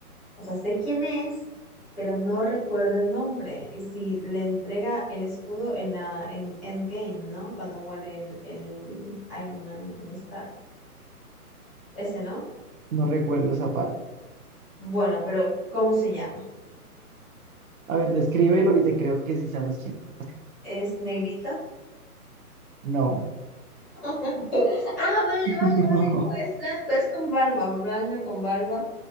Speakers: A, in the centre; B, on the right.
A: O sea, sé quién es, pero no recuerdo el nombre. Y si le entrega el escudo en la en Endgame, ¿no? Cuando muere el, el Iron Man, el Tony Stark. Ese, ¿no?
B: No recuerdo esa parte.
A: Bueno, pero ¿cómo se llama?
B: A ver, descríbelo y te creo que sí sabes quién es.
A: ¿Es negrito?
B: No,
A: <laughs> Ah, vale,
B: <laughs>
A: vale, vale.
B: no.
A: No, es blanco, es con barba, blanco con barba